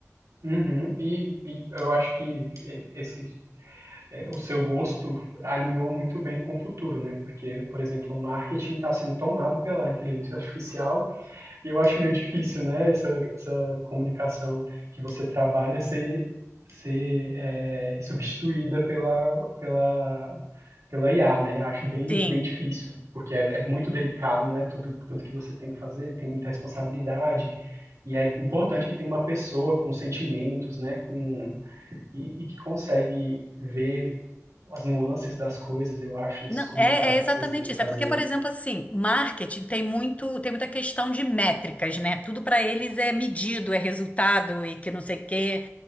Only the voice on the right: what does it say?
uhum. E, e eu acho que e- esse é, o seu gosto alinhou muito bem com o futuro, né? Porque, por exemplo, o marketing está sendo tomado pela inteligência artificial e eu acho meio difícil, né? Essa, essa comunicação que você trabalha ser, ser é, substituída pela, pela, pela IA, né? Acho bem,
bem difícil, porque é, é muito delicado, né? Tudo, tudo que você tem que fazer tem muita responsabilidade. E é importante que tenha uma pessoa com sentimentos, né, com, e, e que consegue ver as nuances das coisas, eu acho, desses
comunicados
que vocês têm que
fazer.